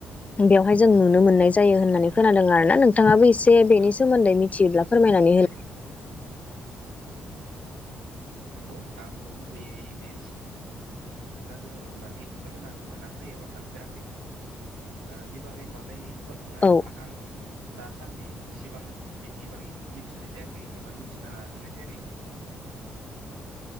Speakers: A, on the left; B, on the right.
A: बेयावहाय जों नुनो मोननाय जायो होननानै खोनादों आरोना नोंथाङाबो एसे जे बेनि
B: औ
A: सोमोन्दै
B: औ।
A: मिथियोब्ला फोरमायनानै होयो
B: नंगौ आं खौ गुबैयै बे सिखनायाव ओ जोहोलाव होन्नानै खोनानो मोनाखै एबा थांफेराखैबो बिनि बागै बांद्राय गुवारै बुंनो हानाय
A: औ
B: नङा आं दासान्दि इसेबां बेनि बारै मिथिनाय जायाखै एबा मिथिनो नाजानाय जायाखै